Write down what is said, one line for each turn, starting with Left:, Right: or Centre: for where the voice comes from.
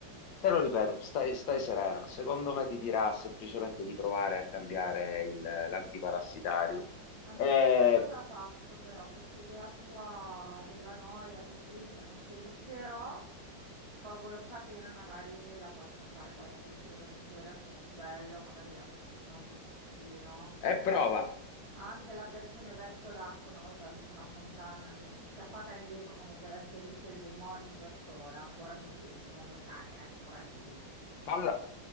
Left: te lo ripeto, stai, stai serena. Secondo me ti dirà semplicemente di provare a cambiare il- l'antiparassitario.
Right: Ma
Left: E,
Right: senti, sai cosa faccio però? Questa idea tua della noia così, cioè non credo, però colgo l'occasione, magari la porto a fare qualche giro in più, adesso è più bello, magari la trascino sul Ticino, perché
Left: e
Right: ha
Left: prova,
Right: ha anche l'avversione verso l'acqua, una volta ho visto una fontana, mi è scappata indietro come se avesse visto il demonio in persona, coraggiosissimo il mio cane, eh? Coraggiosissimo.
Left: falla,